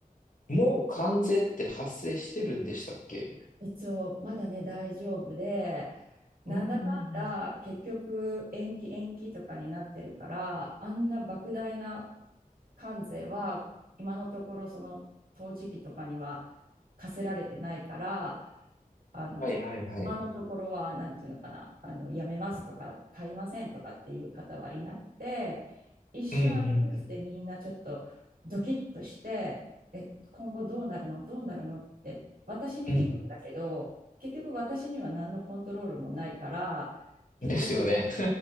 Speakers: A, on the left (about 60°); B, on the right (about 70°).
A: もう関税って発生してるんでしたっけ
B: 一応まだね大丈夫でなんだかんだ結局延期延期とかになってるからあんな莫大な
A: うんうんうん。
B: 関税は今のところその陶磁器とかには課せられてないからあの、
A: はいはいはい。
B: 今のところは、なんていうのかな、あの、やめますとか、買いませんとかっていう方はいなくて、一瞬、
A: うんう
B: あのニュースでみんなちょっとドキッとして、え、今後どうなるの、どうなるのって、私に聞くんだけど、
A: ん
B: 結局私には何のコントロールもないから、結局は、
A: うん。ですよね。